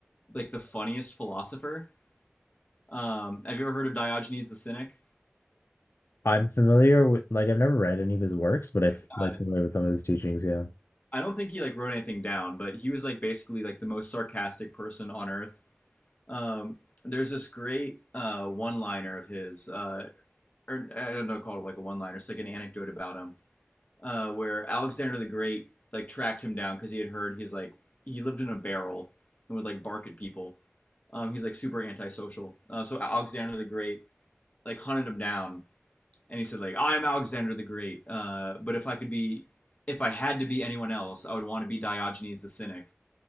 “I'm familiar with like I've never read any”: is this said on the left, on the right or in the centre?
Left